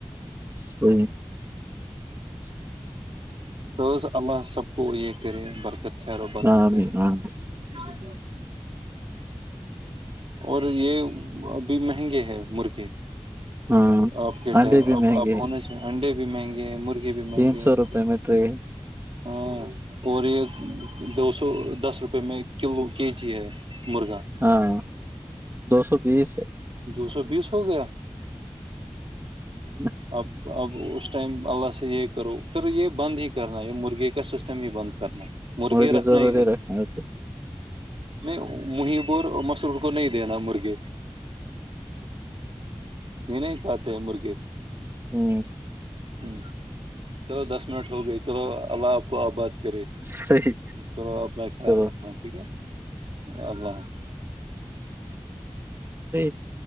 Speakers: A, on the right; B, on the right.
A: ہ <inaudible>
B: تو اما سب کو یہ کرے برکت ک رہو برکت
A: آمین
B: کرے
A: آمین
B: <inaudible> اور یہ ابھی مہنگے ہے مرغے
A: ہاں
B: آپ کے
A: انڈے
B: ٹائم
A: بھی
B: اب
A: مہنگے
B: اب ہونااہ انڈے بھی مہنگے ہیں مرغے بھی مہنگے
A: تین سو
B: ہیں
A: روپے میں ٹرے ہے
B: ہاں اور یہ دو سو دس روپے میں کلو کے جی ہے مرغا
A: ہاں دو سو بیس ہے
B: دو سو بیس ہو گیا
A: بس <inaudible>
B: اب اب اس ٹائم اللہ سے یہ کرو پھر یہ بند ہی کرنا ہے یہ مرغے کا سسٹم ہی بند کرنا مرغیا
A: لیے
B: رکھنا
A: ضروری
B: ہی نہیں
A: رکھنا ہے تو
B: نہیں مہ ب مسرور کو نہیں دینا مرغے یہ نہیں کھاتے ہیں مرغے
A: ہوں
B: ہ چلو دس منٹ ہو گئی چلو اللہ آپ کو آباد کرے
A: صحیح
B: چلو اپنا خیال
A: چلو
B: رکھنا ٹھیک ہے اللہ حافظ
A: سی <inaudible>